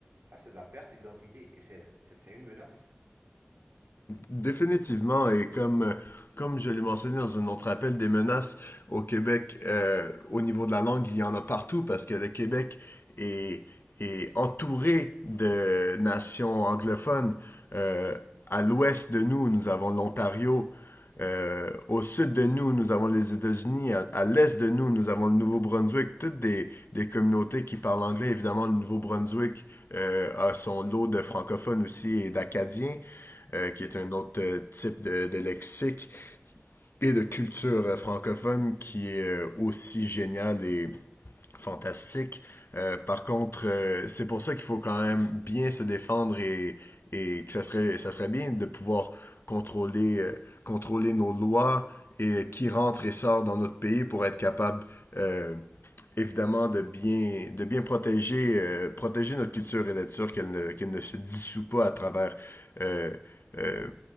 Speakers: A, on the right (about 85°); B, on the left (about 65°).
A: là, c'est de la perte d'identité et c'est c'est- c'est une menace.
B: Définitivement, et comme, comme je l'ai mentionné dans un autre appel, des menaces au Québec, euh, au niveau de la langue, il y en a partout parce que le Québec est, est entouré de nations anglophones. Euh, à l'ouest de nous, nous avons l'Ontario. Euh, au sud de nous, nous avons les États-Unis. À, à l'est de nous, nous avons le Nouveau-Brunswick. Toutes des, des communautés qui parlent anglais. Évidemment, le Nouveau-Brunswick euh, a son lot de francophones aussi et d'Acadiens euh, qui est
A: Ouais,
B: un autre euh, type de, de lexique, et de culture euh, francophone qui est euh, aussi génial et fantastique. Euh, par contre, euh, c'est pour ça qu'il faut quand même bien se défendre et, et que ça serait, ça serait bien de pouvoir contrôler, euh, contrôler nos lois et euh, qui rentre et sort dans notre pays pour être capable euh, évidemment de bien, de bien protéger, euh, protéger notre culture et d'être sûr qu'elle ne, qu'elle ne se dissout pas à travers euh, euh,